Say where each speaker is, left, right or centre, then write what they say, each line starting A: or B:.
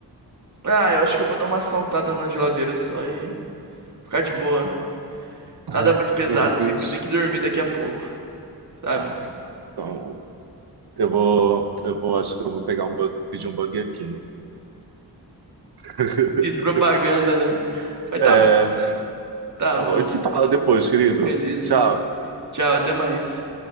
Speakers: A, on the right; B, on the right.
A: Ah, eu acho que eu vou dar uma saltada na geladeira só e ficar de boa.
B: Ai,
A: Nada muito pesado,
B: eu vou
A: assim,
B: pedir.
A: porque eu tenho que dormir daqui a pouco, sabe?
B: Tá. Então, eu vou, eu vou, acho que eu vou pegar um, bu- pedir um Burger King. <laughs>
A: Fiz propaganda, né? Mas
B: É,
A: tá bom, tá
B: tá
A: bom.
B: bom. A gente se fala depois, querido.
A: Beleza.
B: Tchau.
A: Tchau, até mais.